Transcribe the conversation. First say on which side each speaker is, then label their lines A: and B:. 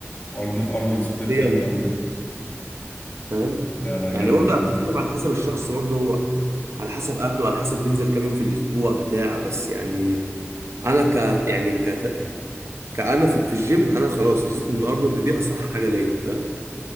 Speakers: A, on the left (about 30°); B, on the right (about 70°).
A: أرن- ارنولد سبليت
B: ليه؟
A: جامده قوي
B: فاهم
A: لا لا جامده
B: يعني برضه
A: جامده
B: بتختلف على حسب الشخص برضه هو على حسب اكله على حسب بينزل كام يوم في الاسبوع بتاع بس يعني انا ك يعني ك كأنا في في الجيم انا خلاص رسيت ان ارنولد دي اصح حاجه ليا فاهم